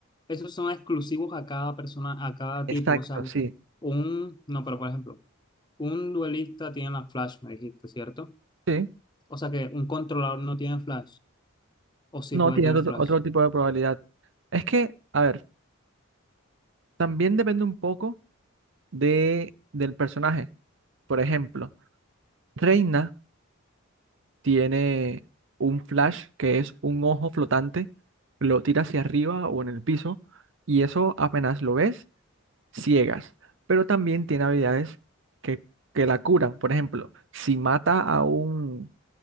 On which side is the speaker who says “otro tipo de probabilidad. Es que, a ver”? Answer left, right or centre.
Right